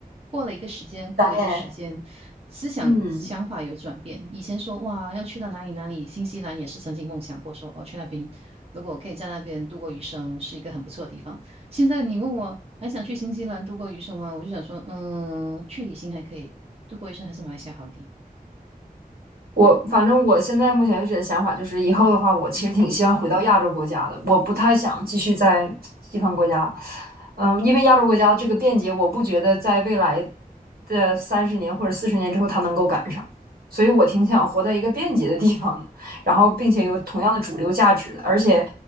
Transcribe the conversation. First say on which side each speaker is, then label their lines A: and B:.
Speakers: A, on the right; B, on the right.
A: 过了一个时间，过了一个时间，
B: 导演，
A: 思想想法有转变。
B: 嗯。
A: 以前说哇，要去到哪里哪里，新西兰也是曾经梦想过说，哦，去那边，如果我可以在那边度过余生，是一个很不错的地方。现在你问我还想去新西兰度过余生吗？我就想说，嗯，去旅行还可以，度过余生还是马来西亚好一点。
B: 我反正我现在目前为止的想法就是，以后的话，我其实挺希望回到亚洲国家的，
A: 嗯
B: 我不太想继续在西方国家。嗯，因为亚洲国家这个便捷，我不觉得在未来的三十年或者四十年之后它能够赶上，所以我挺想活在一个便捷的地方的，然后并且有同样的主流价值的，
A: 哼。
B: 而且，